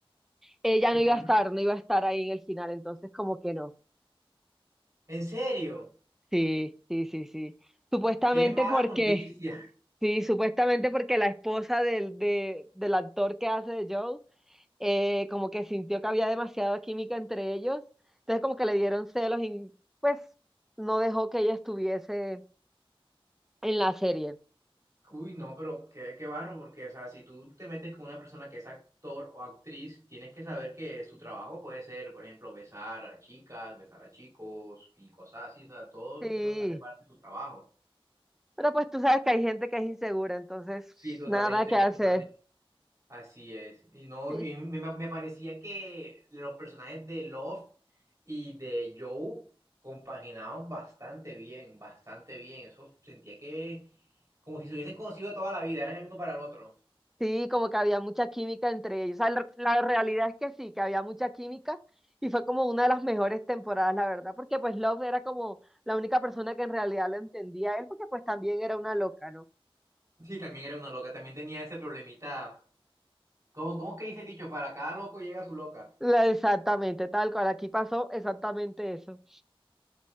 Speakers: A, in the centre; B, on the right.
A: ella
B: ujú.
A: no iba a estar, no iba a estar ahí en el final, entonces como que no.
B: ¿En serio?
A: Sí, sí, sí, sí. Supuestamente
B: ¡Qué mala
A: porque
B: noticia!
A: Sí, supuestamente porque la esposa del, de- del actor que hace de Joe, eh, como que sintió que había demasiada química entre ellos, entonces como que le dieron celos y pues no dejó que ella estuviese en la serie.
B: Uy, no, pero qué, qué barro, porque, o sea, si tú te metes con una persona que es actor o actriz, tienes que saber que su trabajo puede ser, por ejemplo, besar a chicas, besar a chicos y cosas así, o sea, todo
A: Sí,
B: eso hace parte de su trabajo.
A: pero pues tú sabes que hay gente que es insegura, entonces
B: Sí, total,
A: nada
B: hay gente
A: que
B: que
A: hacer.
B: es totalmente... Así es. Y no,
A: <laughs>
B: y me, me parecía que los personajes de Love y de Joe compaginaban bastante bien, bastante bien. Eso sentía que como si se hubiesen conocido de toda la vida, eran el uno para el otro.
A: Sí, como que había mucha química entre ellos. O sea, la, la realidad es que sí, que había mucha química y fue como una de las mejores temporadas, la verdad, porque pues Love era como la única persona que en realidad lo entendía a él, porque pues también era una loca, ¿no?
B: Sí, también era una loca, también tenía ese problemita. ¿Cómo, cómo que dice el dicho? Para cada loco llega su loca.
A: La- exactamente, tal cual, aquí pasó exactamente eso.